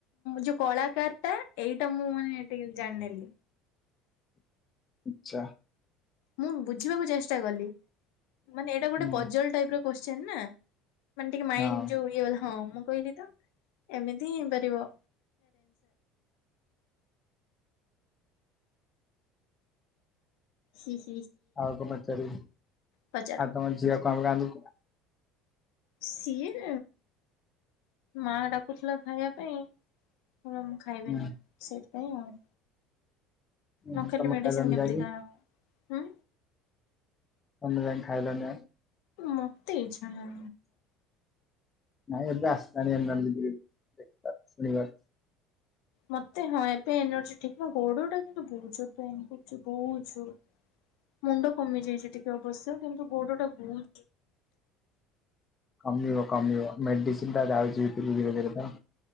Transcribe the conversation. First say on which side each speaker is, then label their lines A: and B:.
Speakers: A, on the left; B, on the left.
A: ଯୋଉ କଳାକାର ଟା ଏଇଟା ମୁଁ ମାନେ ଟିକେ ଜାଣିନେଲି
B: ଆଛା।
A: ମୁଁ ବୁଝିବାକୁ ଚେଷ୍ଟା କଲି, ମାନେ ଏଇଟା ଗୋଟେ
B: ହୁଁ
A: ପଜଲ ଟାଇପ ର କୋଶ୍ଚନ ନା ମାନେ ଟିକେ ମାଇଣ୍ଡ
B: ହଁ
A: ଯୋଉ ଇଏ ହେଲା ହଁ ମୁଁ କହିଲି ତ ଏମିତି ହ ହେଇପାରିବ। ହୁଁ।
B: ଆଉ କ ପଚାର
A: ପଚାର।
B: ଆଉ ତମର ଝିଅ କଣ କ
A: ସିଏ ମା ଡାକୁଥିଲା ଖାଇବା ପାଇଁ ହଣ ମୁଁ ଖାଇବିନି
B: ହୁଁ
A: ସେଇଥିପାଇଁ ଆଉ। ନ
B: ହୁଁ
A: ଖାଲି
B: ତମେ
A: ମେଡିସିନ
B: ଖାଇଲଣି
A: ଗମ
B: ଯାଇକି
A: ଦଖାବା ହୁ
B: କେ ଯାଇ ଖାଇଲ ନଁ।
A: ମତେ ଇଛା ନା
B: ନାଇଁ ଏବେ ଆସତାନି ଆପନର ଯଦି ଦେବା ଶନିବାର।
A: ମତେ ହଁ ଏ ପେନ୍ ଅଛି, ଠିକ ନା ଗୋଡଟା କିନ୍ତୁ ବହୁତୋ ପେନ୍ କରୁଛି ବହୁତୋ ମୁଣ୍ଡ କମି ଯାଇଛି ଟିକେ ଅବଶ୍ୟ କିନ୍ତୁ ଗୋଡ ଟା ବହୁ
B: କମିିବ କମିବ ମେଡିସିନ୍ ଟାଉ ଯ ଧୀରେ ଧୀରେ ତ